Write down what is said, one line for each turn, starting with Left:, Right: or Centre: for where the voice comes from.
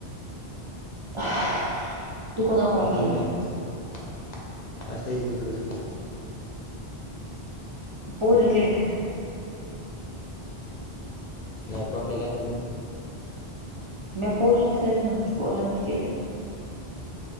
Right: <unintelligible> कोणाला
Left: कोणा ना
Right: केले
Left: कोणाल म्हणजे आसं आहे तिकडं तिकडं.
Right: पोरी गेलं काय?
Left: नाही तो केले असतील ना.
Right: म्या पोलिस आय ना पोरांनी केलंय.